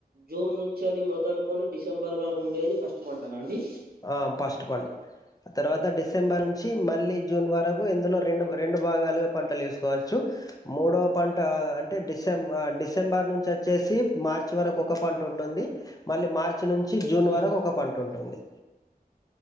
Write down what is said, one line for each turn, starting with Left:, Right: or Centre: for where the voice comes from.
Right: జూన్ నుంచి అళ్ మొదలుకొని డిసెంబర్ వరకు ఉండేది ఫస్ట్ పంటను అండి
Left: ఆ ఫస్ట్ పం ఆ తర్వాత డిసెంబర్ నుంచి మళ్ళీ జూన్ వరకు ఇందులో రెండు రెండు భాగాలుగా పంటలు చేసుకోవచ్చు మూడో పంట అంటే డిసెం డిసెంబర్ నుంచి వచ్చేసి మార్చి వరకు ఒక పంట ఉంటుంది మళ్ళీ మార్చి నుంచి జూన్
Right: ఉమ్
Left: వరకు ఒక పంట ఉంటుంది